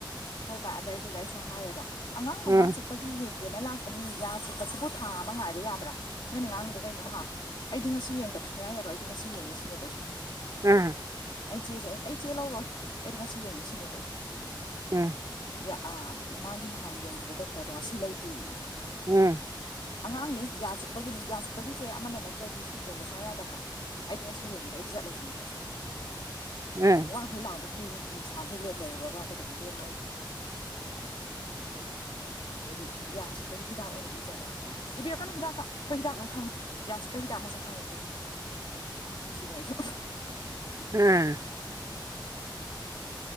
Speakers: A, on the left (about 70°); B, on the right (about 40°).
A: ꯍꯣꯏ ꯕꯥ ꯑꯗꯨꯗꯩꯗꯨꯗ ꯑꯩꯁꯨ ꯍꯥꯏꯔꯦ ꯑꯗꯣ ꯑꯉꯥꯡ ꯃꯌꯥ
B: ꯑꯥ
A: ꯆꯤꯛꯄꯒꯤ ꯌꯦꯡꯉ ꯌꯦꯅ ꯂꯥꯛꯄꯅꯤ ꯌꯥ ꯆꯤꯛꯄꯁꯤꯕꯨ ꯊꯥ ꯑꯃ ꯉꯥꯏꯕ ꯌꯥꯕ꯭ꯔꯥ ꯅꯣꯏꯅ ꯉꯥꯡꯉꯤꯗꯣ ꯀꯩꯅꯣ ꯍꯥ ꯑꯩꯗꯤ ꯉꯁꯤ ꯌꯦꯡꯗꯕ ꯁꯨꯡꯌꯥꯏ ꯌꯥꯔꯣꯏ ꯑꯩꯗꯤ ꯉꯁꯤ ꯌꯦꯡꯅꯤ ꯁꯤꯅꯦꯕ ꯑꯩꯁꯨ
B: ꯑꯝ
A: ꯑꯩ ꯆꯦꯁꯦ ꯑꯩ ꯑꯩ ꯆꯦ ꯂꯧꯔꯣꯏ ꯑꯩꯗꯤ ꯉꯁꯤ ꯌꯦꯡꯅꯤ ꯁꯤꯅꯦꯕ ꯑꯩꯁꯨ
B: ꯍ
A: ꯌꯥ ꯑꯥ ꯃꯥꯒꯤ ꯅꯍꯥꯟ ꯌꯦꯡꯈꯤꯕ ꯗꯣꯛꯇꯔꯗꯣ ꯉꯁꯤ ꯂꯩꯇꯦ
B: ꯎꯝ
A: ꯑꯉꯥꯡꯅꯤ ꯌꯥ ꯆꯤꯛꯄꯒꯤꯅꯤ ꯌꯥ ꯆꯤꯛꯄꯒꯤꯁꯦ ꯑꯃꯅ ꯅꯠꯇ꯭ꯔꯗꯤ ꯌꯦꯡꯕ ꯁꯨꯡꯌꯥ ꯌꯥꯗꯕ꯭ꯔꯥ ꯑꯩꯗꯤ ꯉꯁꯤ ꯌꯦꯡꯕꯦ ꯑꯩꯗꯤ ꯆꯠꯂꯣꯏꯁꯅꯤ ꯀꯩꯁꯨ
B: ꯑꯥ
A: ꯋꯥꯥꯡꯈꯩ ꯂꯥꯛꯑꯒ ꯀ꯭ꯌꯨ ꯁꯥꯡꯈꯩ ꯂꯦꯞ ꯂꯩꯔꯨꯔꯒ ꯀꯩꯗꯧꯕ ꯌꯦꯦꯝꯃꯣꯏ ꯑꯗꯩꯗꯤ ꯌꯥ ꯆꯤꯛꯄꯒꯤ ꯍꯤꯗꯥꯛ ꯑꯣꯏꯅ ꯏꯖꯔꯒꯦ ꯏꯕꯤꯔꯛꯀꯅꯨ ꯍꯤꯗꯥꯛꯀ ꯑꯩꯈꯣꯏꯤꯗꯥꯛ ꯂꯣꯏ ꯈꯪꯉꯤ ꯌꯥ ꯆꯤꯛꯄꯒꯤ ꯍꯗ ꯃꯁꯛꯪꯉꯦꯈꯣꯏꯁꯨ
B: <inaudible>
A: ꯁꯤꯅꯤ ꯍꯥꯏꯏꯁꯨꯣ
B: ꯎꯝ